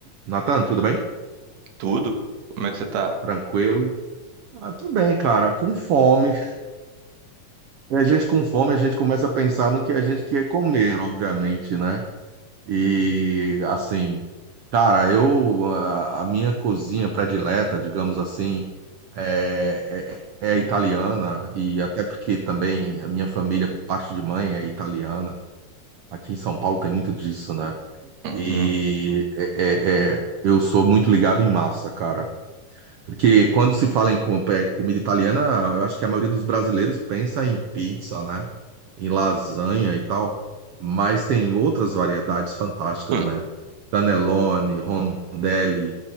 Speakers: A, on the right; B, on the right.
A: Natan, tudo bem?
B: Tudo? Como é que você tá?
A: Tranquilo? Ah, tô bem, cara. Com fome. E a gente com fome, a gente começa a pensar no que a gente quer comer, obviamente, né? E assim, cara, eu a, a minha cozinha predileta, digamos assim, é, é, é italiana e até porque também a minha família, por parte de mãe, é italiana. Aqui em São Paulo tem muito disso, né? E
B: Uhum.
A: é, é- é, eu sou muito ligado em massa, cara. Porque quando se fala em com- é, comida italiana, eu acho que a maioria dos brasileiros pensa em pizza, né? Em lasanha e tal. Mas tem outras variedades fantásticas,
B: Hum,
A: né? Cannelloni, rondelli,